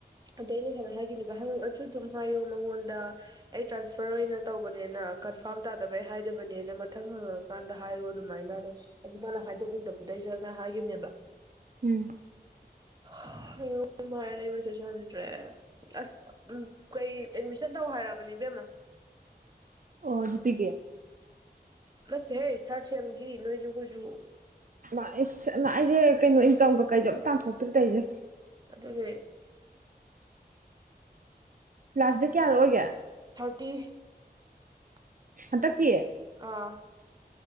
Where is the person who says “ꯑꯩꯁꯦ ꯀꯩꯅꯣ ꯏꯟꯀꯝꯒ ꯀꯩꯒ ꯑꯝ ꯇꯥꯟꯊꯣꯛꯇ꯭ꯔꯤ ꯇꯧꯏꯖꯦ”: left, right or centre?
Right